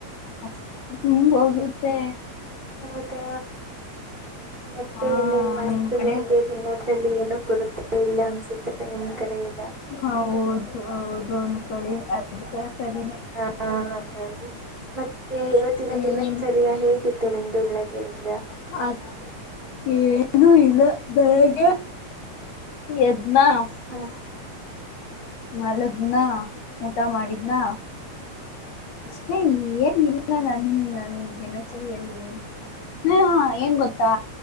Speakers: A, on the left; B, on the right.
A: ಅಷ್ಟ ತುಂಬ ಹೋಗರುತ್ತೆ.
B: ಹೌದಾ ಮತ್ತೆ
A: ಹಾ
B: ಇನ್ನೇನ್ ಮಸ್ತ
A: ನಿಮ್ ಕಡೆ
B: ನಿಮಿಗೆ........ ತಿನ್ನೋದ್ರಲ್ಲಿ ಏನ ಕೊರತೆ ಇಲ್ಲ ಅನ್ಸುತ್ತೆ ನಿಮ್ ಕಡೆ ಎಲ್ಲಾ.....
A: ಹೌದ ಹೌದು ಅನಕೊಳ್ಳಿ <unintelligible> ಅದಕ ಸರಿನೆ
B: ಹ ಹಾಗೆ ಮತ್ತೆ ಇವತ್ತಿನ
A: ಹ್ಮ್
B: ದಿನಚರ್ಯ
A: ನಿಮ್
B: ಹೇಗೆ...... ಇತ್ತು ನಿಮ್ದು ಬೆಳಗ್ಗೆನೆ ಇಂದ
A: ಅದ ಏನೂ ಇಲ್ಲ ಬೆಳಗ್ಗೆ.... ಎದ್ನ......
B: ಹಾ....
A: ಮಲಗದ್ನಾ ಊಟ ಮಾಡಿದ್ನಾ..... ಅಷ್ಟೇ ಏನ ಇಲ್ಲ ನನ್ ನನ್ ದಿನಚರಿಯಲ್ಲಿ ಏನ...... ಹ್ಮ...... ಏನ್ ಗೊತ್ತಾ